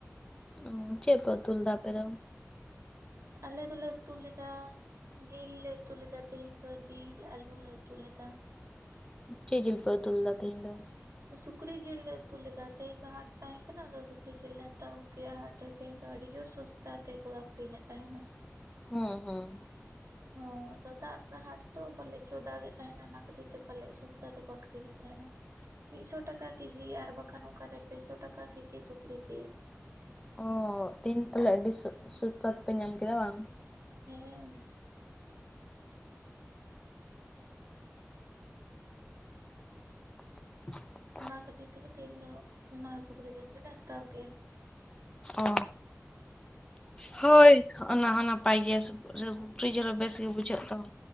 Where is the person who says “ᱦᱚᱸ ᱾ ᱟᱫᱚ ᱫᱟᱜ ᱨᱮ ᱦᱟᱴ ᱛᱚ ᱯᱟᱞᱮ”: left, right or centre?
Right